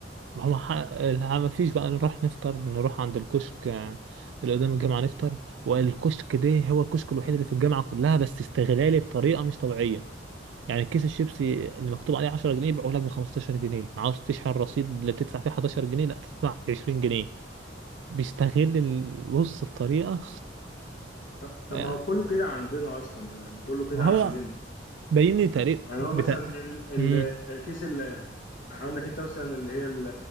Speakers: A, on the right; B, on the left.
A: ما هو ح... لا، ما فيش بقى نروح نفطر نروح عند الكشك آه، اللي قدام الجامعه نفطر والكشك ده هو الكشك الوحيد اللي في الجامعه كلها بس استغلالي بطريقه مش طبيعيه يعني كيس الشيبسي اللي مكتوب عليه 10 جنيه يبيعوه لك ب 15 جنيه عاوز تشحن رصيد اللي بتدفع فيه 11 جنيه لا تدفع 20 جنيه بيستغل البص بطريقة
B: طب, طب
A: يعني
B: ما هو كله كده عندنا اصلا يعني كله كده
A: هو
B: عندنا
A: باين لي طريق
B: يعني
A: بتاع
B: هو مثلا ال-
A: امم
B: ال- الكيس اللي عندك انت مثلا اللي هي ال-